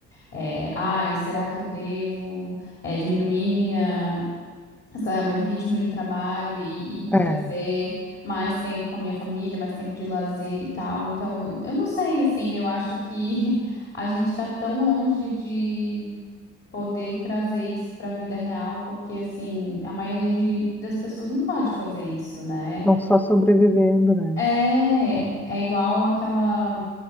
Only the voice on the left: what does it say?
é, ai, será que eu devo, é, diminuir minha, sei lá, meu ritmo de trabalho e, e- e trazer
mais tempo com a minha família, mais tempo de lazer e tal. Então, eu não sei, assim, eu acho que <laughs> a gente está tão longe de poder trazer isso para a vida real, porque, assim, a maioria de, das pessoas não pode fazer isso, né?
É, é igual aquela.